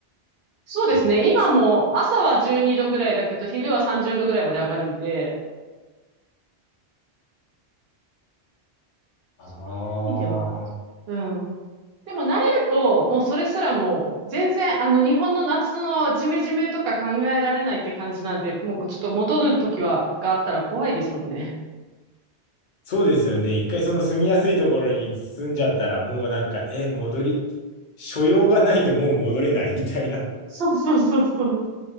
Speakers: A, on the right; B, on the left.
A: そうですね。
B: ことですか。
A: 今も朝は12度ぐらいだけど、昼は30度ぐらいまで上がるんで、
B: ああ、
A: そういう意味では、うん。でも慣れると、もうそれすらもう全然、あの日本の夏のジメジメとか考えられないって感じなんで、もうちょっと戻る時は、があったら怖いですもんね。
B: そうですよね。一回その住みやすいところに住んじゃったら、もうなんか、え、戻り、所用がないともう戻れないみたいな。
A: そうそうそうそう。